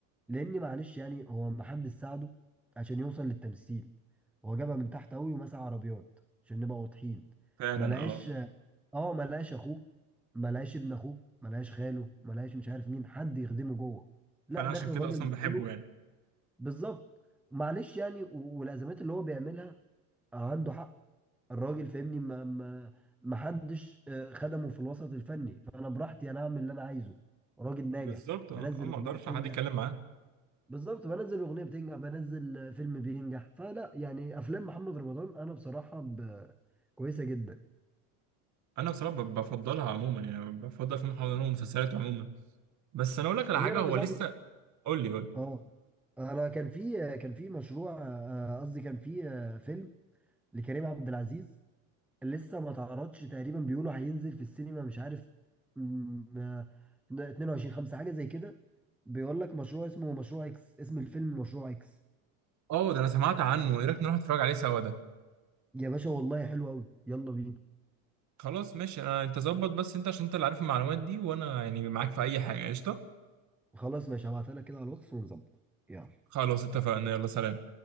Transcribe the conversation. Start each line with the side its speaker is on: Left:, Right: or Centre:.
Centre: لان معلش يعني هو محدش ساعده عشان يوصل للتمثيل هو جابها من تحت قوي ومسح عربيات عشان نبقى واضحين
Right: فعلا
Centre: ما لقاش
Right: اه
Centre: اه ما لقاش اخوه ما لقاش ابن اخوه ما لقاش خاله ما لقاش مش عارف مين حد يخدمه جوه لا
Right: فانا
Centre: داخل
Right: عشان كده
Centre: راجل
Right: اصلا
Centre: بطوله
Right: بحبه يعني
Centre: بالظبط معلش يعني و- والازمات اللي هو بيعملها عنده حق الراجل فاهمني ما ما ما حدش آه، خدمه في الوسط الفني فانا براحتي انا اعمل اللي انا عايزه راجل ناجح
Right: بالظبط
Centre: بنزل
Right: اه آه، ما
Centre: اغنيه
Right: اقدرش
Centre: بتنجح
Right: حد يتكلم معاه
Centre: بالظبط بنزل اغنيه بتنجح بنزل آه، فيلم بينجح فلا يعني افلام محمد رمضان انا بصراحه ب... كويسه جدا
Right: انا بصراحه ب- بفضلها عموما يعني بفضل فيلم حضانه ومسلسلات عموما بس انا اقول لك على
Centre: طب
Right: حاجه
Centre: ايه رايك
Right: هو
Centre: يا صاحبي
Right: لسه قول لي قول لي.
Centre: اه انا كان في كان في مشروع آه، قصدي كان في آه، فيلم لكريم عبد العزيز لسه ما تعرضش تقريبا بيقولوا هينزل في السينما مش عارف م- آه، 22 5 حاجة زي كده بيقول لك مشروع اسمه مشروع اكس اسم الفيلم مشروع اكس
Right: اه ده انا سمعت عنه ايه رايك نروح نتفرج عليه سوا ده
Centre: يا باشا والله حلو قوي يلا بينا
Right: خلاص ماشي انا انت ظبط بس انت عشان انت اللي عارف المعلومات دي وانا يعني معاك في اي حاجه قشطه
Centre: خلاص ماشي هبعتها لك كده على الواتس ونظبط يلا
Right: خلاص اتفقنا يلا سلام